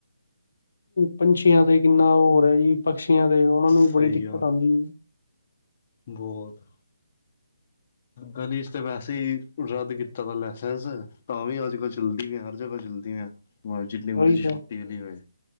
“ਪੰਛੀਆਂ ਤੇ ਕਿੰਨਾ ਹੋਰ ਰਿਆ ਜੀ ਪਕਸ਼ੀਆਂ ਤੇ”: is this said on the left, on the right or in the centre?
Left